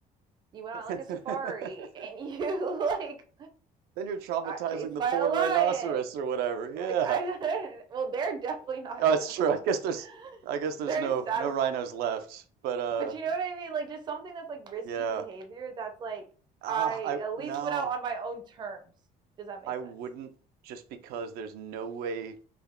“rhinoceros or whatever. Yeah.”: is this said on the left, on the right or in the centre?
Right